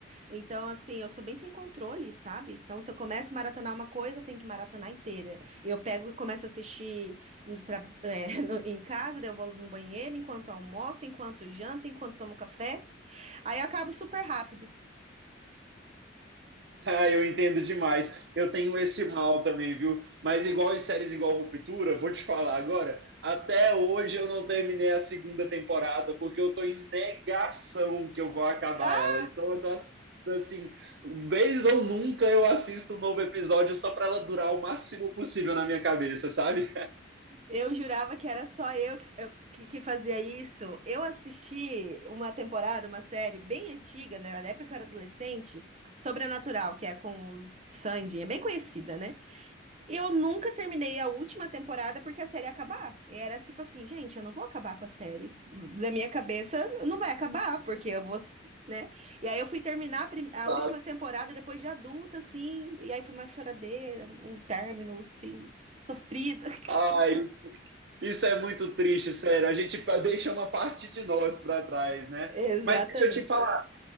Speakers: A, on the right; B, on the right.
A: Então, assim, eu sou bem sem controle, sabe? Então, se eu começo a maratonar uma coisa, eu tenho que maratonar inteira. Eu pego e começo a assistir no tra- <laughs> é, no- em casa, daí eu vou no banheiro, enquanto almoço, enquanto janto, enquanto tomo café. Aí eu acabo super rápido.
B: <laughs> ah, eu entendo demais. Eu tenho esse mal também, viu? Mas igual em séries igual Ruptura, vou te falar agora, até hoje eu não terminei a segunda temporada, porque eu tô em negação que eu vou acabar
A: Ah,
B: ela. Então, eu tô assistindo, assim, vez ou nunca eu assisto um novo episódio só para ela durar o máximo possível na minha cabeça, sabe?
A: eu jurava que era só eu que, eu- que- que fazia isso. Eu assisti uma temporada, uma série bem antiga, né, na época que eu era adolescente, Sobrenatural, que é com os Sandy, é bem conhecida, né? Eu nunca terminei a última temporada porque a série ia acabar. E era tipo assim, gente, eu não vou acabar com a série. Da minha cabeça, não vai acabar, porque eu vou, né? E aí eu fui terminar a, prim- a
B: <laughs>
A: última temporada depois de adulta, assim. E aí foi uma choradeira, um término, assim, sofrido. <laughs>
B: Ai, Isso é muito triste, sério. A gente pa- deixa uma parte de nós para trás, né?
A: Exatamente.
B: Mas deixa eu te falar,